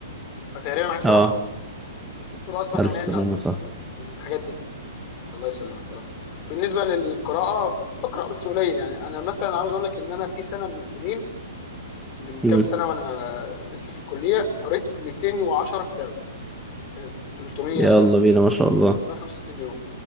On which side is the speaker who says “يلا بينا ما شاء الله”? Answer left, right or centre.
Centre